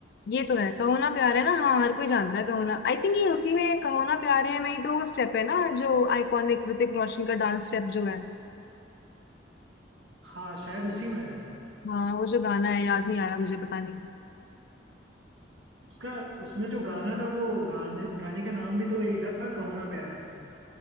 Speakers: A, on the left; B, on the right.
A: ये तो है कहो ना प्यार है ना हाँ हर कोई जानता है कहो ना आई थिंक ये उसी में कहो ना प्यार है में ही तो वो स्टेप है ना जो आइकॉनिक ऋतिक रोशन का डांस स्टेप जो है
B: हाँ शायद उसी में है
A: हाँ वो जो गाना है याद नहीं आ रहा मुझे पता नहीं
B: उसका उसमें जो गाना था वो गाने गाने का नाम भी तो यही था कहो ना प्यार है